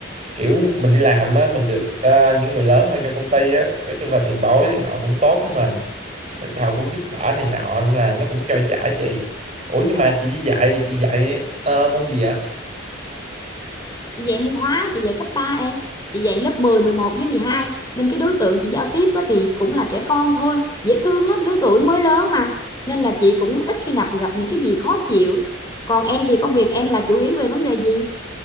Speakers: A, on the right (about 35°); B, on the left (about 20°).
A: kiểu mình đi làm á mình được ờ, những người lớn hơn trong công ty á, nói chung là tiền bối thì họ cũng tốt với mình, nên họ cũng giúp đỡ này nọ nên là nó cũng trôi chảy chị. Ủa nhưng mà chị đi dạy thì chị dạy ờ, môn gì ạ?
B: chị dạy môn hóa chị dạy cấp 3 em chị dạy lớp 10, 11 với 12 nên cái đối tượng chị giao tiếp á, thì cũng là trẻ con thôi dễ thương lắm lứa tuổi mới lớn mà nên là chị cũng ít khi nào gặp những cái gì khó chịu còn em thì công việc em là chủ yếu về vấn đề gì